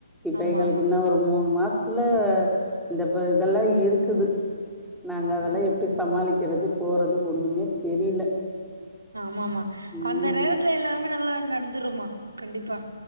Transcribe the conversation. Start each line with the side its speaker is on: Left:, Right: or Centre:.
Centre: இப்ப
Right: ஆமா
Centre: எங்களுக்கு
Right: ஆமா
Centre: இன்னு ஒரு மூணு மாசத்துல இந்தப்ப இதல்லா இருக்குது நாங்க அதல்லா
Right: ஆமா
Centre: எப்டி சமாளிக்கிறது போறது ஒண்ணுமே தெரியல
Right: ஆமா ஆமா
Centre: ம்.
Right: அந்த நேரத்துல எல்லாருமே நல்லா நடந்துரும்மா கண்டிப்பா